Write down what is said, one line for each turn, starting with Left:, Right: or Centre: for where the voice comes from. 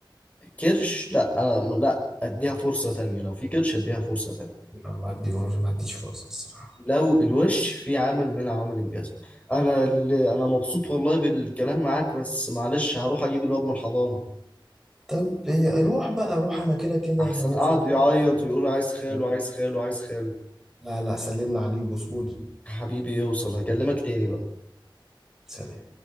Left: كرش لا انا م- لا اديها فرصة تانية لو في كرش اديها فرصة تانية
Centre: ما ما اديهوش ما اديش فرصة الصراحة
Left: لو الوش في عامل من عوامل الجذب انا اللي انا مبسوط والله بالكلام معاك بس معلش هروح اجيب الواد من الحضانة
Centre: طب إيه، روح بقى روح انا كده كده
Left: احسن
Centre: نازل
Left: قعد يعيط ويقول عايز خاله
Centre: شوية.
Left: عايز خاله عايز خاله
Centre: لا لا سلم لي عليه وبوسهولي
Left: حبيبي يوصل هكلمك تاني بقى
Centre: سلام